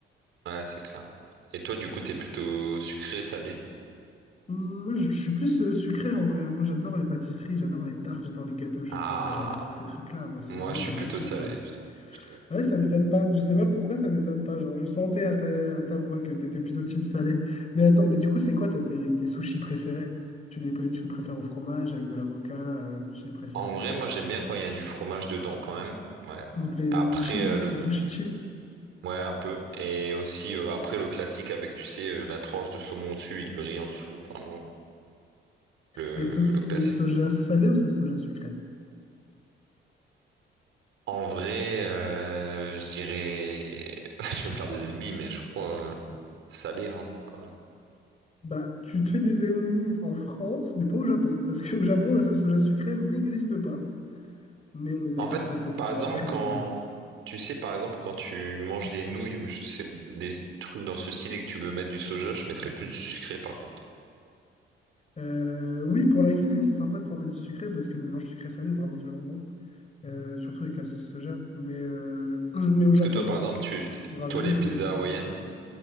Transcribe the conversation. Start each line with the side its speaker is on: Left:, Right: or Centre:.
Right: Ouais, c'est clair. Et toi, du coup, t'es plutôt sucré, salé?
Left: Hum, Moi, je je suis plus euh, sucré en vrai. hein. Moi, j'adore les pâtisseries, j'adore les tartes, j'adore les gâteaux au chocolat,
Right: Ah,
Left: j'adore tous ces trucs-là. Moi, c'est
Right: moi,
Left: vraiment
Right: je suis
Left: ma
Right: plutôt
Left: passion,
Right: salé,
Left: ça.
Right: je je t'avoue.
Left: Ouais, ça m'étonne pas. Je sais pas pourquoi ça m'étonne pas. Genre, je sentais à ta, à ta voix que t'étais plutôt team salé. Mais attends, mais du coup, c'est quoi toi tes, tes sushis préférés? Tu les, tu les préfères au fromage, avec de l'avocat, euh, tu les préfères
Right: En
Left: comment?
Right: vrai, moi j'aime bien quand il y a du fromage dedans quand même. Ouais.
Left: Donc les,
Right: Après
Left: les cheese,
Right: euh, le
Left: les sushis cheese
Right: ouais un peu et aussi euh, après le classique avec tu sais euh, la tranche de saumon dessus et du riz en dessous, vraiment le
Left: et sauce
Right: le classique.
Left: euh, soja salée ou sauce soja sucrée?
Right: En vrai, euh, je dirais <laughs> je vais me faire des ennemis mais je crois euh, salé hein quand même.
Left: Bah, tu te fais des ennemis en France, mais pas au Japon. Parce qu'au Japon, la sauce soja sucrée n'existe pas. Mais on est d'accord
Right: En fait,
Left: que la sauce
Right: par
Left: soja
Right: exemple
Left: sucrée
Right: quand
Left: est meilleure.
Right: tu sais par exemple quand tu manges des nouilles ou je sais des trucs dans ce style et que tu veux mettre du soja, je mettrais plus du sucré par contre.
Left: Euh, oui, pour la cuisine, c'est sympa de pouvoir mettre du sucré parce que le mélange sucré-salé est vraiment toujours bon. euh, surtout avec la sauce soja. Mais, euh, mais au
Right: Parce
Left: Japon,
Right: que toi, par
Left: tu
Right: exemple,
Left: ne
Right: tu,
Left: trouveras
Right: toi,
Left: jamais
Right: les pizzas
Left: de sauce
Right: hawaïennes,
Left: sucrée, quoi.